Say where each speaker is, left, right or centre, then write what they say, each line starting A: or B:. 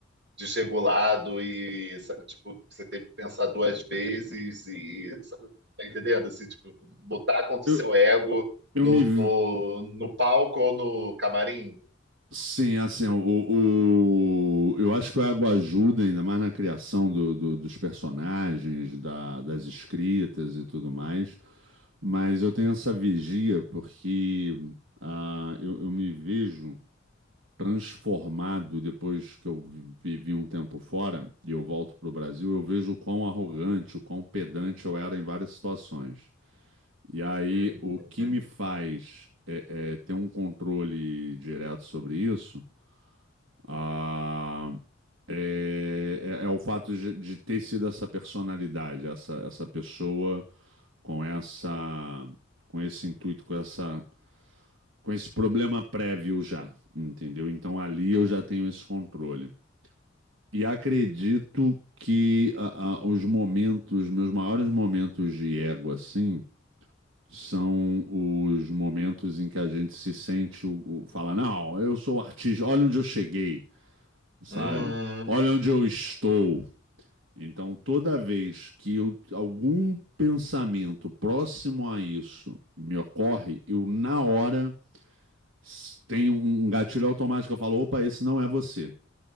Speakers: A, on the right; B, on the right.
A: desregulado e sabe, tipo, você tem que pensar duas vezes e sabe, tá entendendo? Assim, tipo, botar contra o
B: Eu,
A: seu ego
B: eu
A: no,
B: me,
A: no, no palco ou no camarim.
B: Sim, assim, o, o- eu acho que o Água ajuda ainda mais na criação do- do- dos personagens, da- das escritas e tudo mais. Mas eu tenho essa vigia porque ah, eu, eu me vejo transformado depois que eu vi- vivi um tempo fora e eu volto para o Brasil. Eu vejo o quão arrogante, o quão pedante eu era em várias situações. E aí,
A: Uhum.
B: o que me faz é, é, ter um controle direto sobre isso ah, é, é- é o fato de, de ter sido essa personalidade, essa, essa pessoa com essa, com esse intuito, com essa, com esse problema prévio já, entendeu? Então ali eu já tenho esse controle. E acredito que a- a- os momentos, meus maiores momentos de ego assim, são os momentos em que a gente se sente, o, o- fala, não, eu sou artista, olha onde eu cheguei sabe?
A: Uhum.
B: Olha onde eu estou. Então, toda vez que eu- algum pensamento próximo a isso me ocorre, eu, na hora, s- tenho um um gatilho automático. Eu falo: opa, esse não é você.